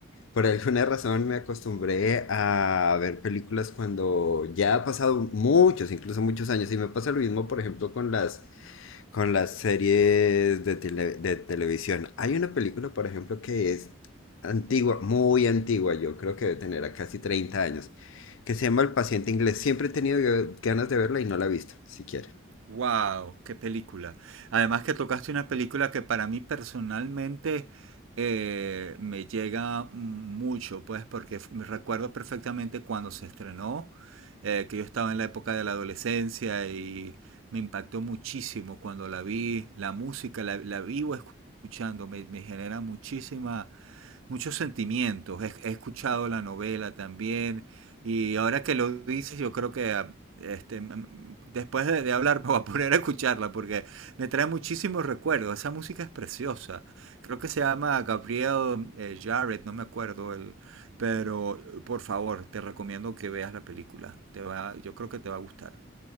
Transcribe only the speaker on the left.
por alguna razón me acostumbré a ver películas cuando ya ha pasado muchos, incluso muchos años y me pasa lo mismo, por ejemplo, con las con las series de, tele- de televisión. Hay una película, por ejemplo, que es antigua, muy antigua, yo creo que debe tener a casi 30 años, que se llama El paciente inglés. Siempre he tenido ganas de verla y no la he visto, siquiera.